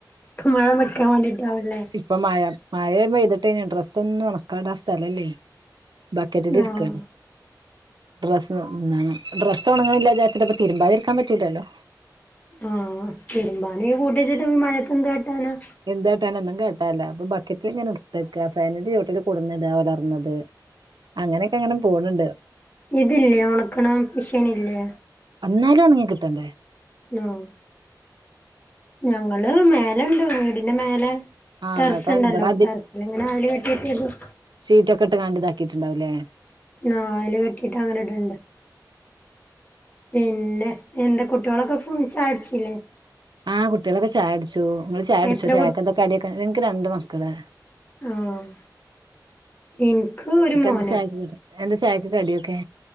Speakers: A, on the left; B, on the right.
A: ഇപ്പൊ മഴെ നിക്കാൻ വേണ്ടിട്ടാവല്ലേ
B: ഇപ്പൊ മഴ മഴേ പെയ്തിട്ട ഡ്രെസ്സൊന്നും ഉണക്കാൻ ഇടാൻ സ്ഥലല്ലേ ബക്കറ്റിലിരിക്കാണ്
A: ആഹ്
B: ഡ്രസ് ഒന്നാണ് ഡ്രെസ്സ് ഒണങ്ങാനില്ലാ വിചാരിച്ചിട്ടു തിരുമ്പാതിരിക്കാൻ പറ്റൂലല്ലോ
A: ആഹ് തിരുമ്പാന് കൂട്ടിവെച്ചിട്ടു ഈ മഴത്തു എന്തു കാട്ടാന
B: എന്ത് കാട്ടാനാ ഒന്നും കാട്ടാനില്ല അപ്പൊ ബക്കറ്റിലിങ്ങനെ എടുത്തേക്ക ഫാനിന്റെ ചോട്ടില് കൊടുന്നിട ഒലർന്നത് അങ്ങനെ പോണണ്ട്
A: ഇതില്ലേ ഒണക്കണ മെഷീനില്ലേ
B: ന്നാലും ഒണങ്ങി ക്കിട്ടേണ്ടേ
A: ആഹ് ഞങ്ങള് മേല ഇണ്ട് വീടിന്റെ മേലെ
B: ആഹ്
A: ടെറസിണ്ടല്ലോ
B: ഇങ്ങക്ക് ഇവിടെ
A: ടെറസിലിങ്ങനെ അയല് കെട്ടിട്ടിടും
B: ഷീറ്റക്കെയിട്ടിങാണ്ട് ഇതാക്കിറ്റിണ്ടാവൂ ല്ലേ
A: ആഹ് അയല് കെട്ടിയിട്ട് അങ്ങനെയിട്ണ്ട് പിന്നെ എന്താ കുട്ടികളൊക്കെ സ്കൂ ചായുടിച്ചില്ലേ
B: ആഹ് കുട്ട്യാളൊക്കെ ചായുടിച്ചു നിങ്ങൾ ചായുടിച്ചോ
A: എത്ര
B: ചായക്കെന്താ
A: കു
B: കടിയൊക്കെ എനിക്ക് രണ്ട് മക്കള്
A: ആഹ് ഇൻക്ക് ഒരു
B: ഇക്കെന്താ
A: മോനാ
B: ചായക്കൂ എന്താ ചായക്ക് കടിയൊക്കെ